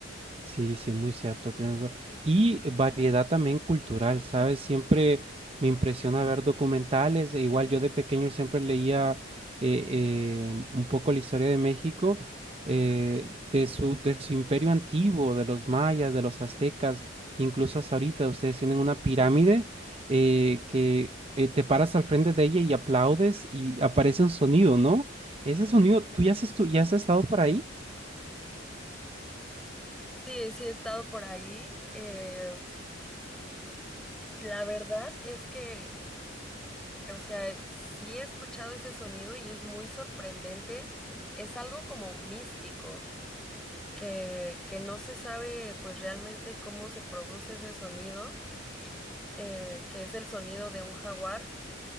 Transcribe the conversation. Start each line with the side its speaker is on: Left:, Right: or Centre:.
Right: Sí, sí, muy cierto. tienes va- Y variedad también cultural, ¿sabes? Siempre me impresiona ver documentales. e igual yo de pequeño siempre leía eh, eh, un poco la historia de México, eh, de su, de su imperio antiguo, de los mayas, de los aztecas, incluso hasta ahorita. Ustedes tienen una pirámide eh, que eh, te paras al frente de ella y aplaudes y aparece un sonido, ¿no? Ese sonido, ¿tú ya has, estu- ya has estado por ahí?
Centre: Sí, sí he estado por ahí. eh, la verdad es que O sea, sí he escuchado ese sonido y es muy sorprendente. Es algo como místico, que, que no se sabe pues realmente cómo se produce ese sonido, eh, que es el sonido de un jaguar,